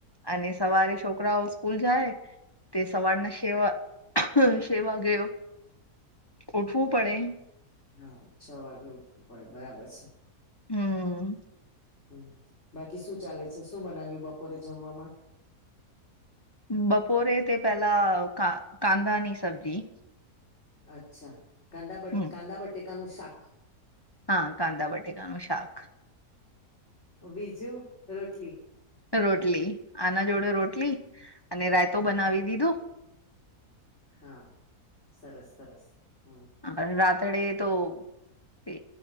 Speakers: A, on the left; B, on the left.
A: અને સવારે છોકરાઓ સ્કૂલ જાય. તે સવારના સેવા સે વાગે ઉઠવું પડે.
B: હા છ વાગે ઉઠવું પડે બરાબર છે.
A: હમ્મ
B: હમ્મ બાકી શું ચાલે છે, શું બનાવ્યું બપોરે જમવામાં?
A: બપોરે તે પેલા કા કાંદાની સબ્જી
B: અચ્છા કાંદા બટ
A: હમ
B: કાંદા બટેકાનું શાક
A: હા કાંદા બટેકાનું શાક.
B: બીજું રોટલી.
A: રોટલી, આના જોડે રોટલી અને રાઇતું બનાવી દીધુ.
B: હા સરસ સરસ હમ
A: અને રાતડે તો તે